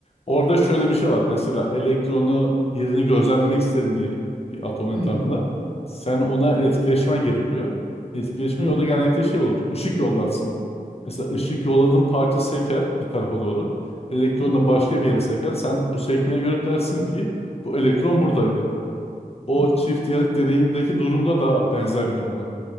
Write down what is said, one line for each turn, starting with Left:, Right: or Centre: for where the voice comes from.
Left: Orada şöyle bir şey var. Mesela elektronu yerini gözlemlemek istedin diyelim bir atom etrafında.
Right: <laughs>
Left: Sen ona etkileşmen gerekiyor. Etkileşme
Right: Hı
Left: yolda
Right: hı, hı hı,
Left: genellikle şey olur. Işık yollarsın. Mesela ışık yolladığın parça seker bir tarafa doğru. Elektron
Right: hı.
Left: da başka bir yere seker. Sen bu sekmeye göre dersin ki bu elektron buradaydı. O
Right: Hı
Left: çift yarık deneyindeki durumda da benzer bir durum var.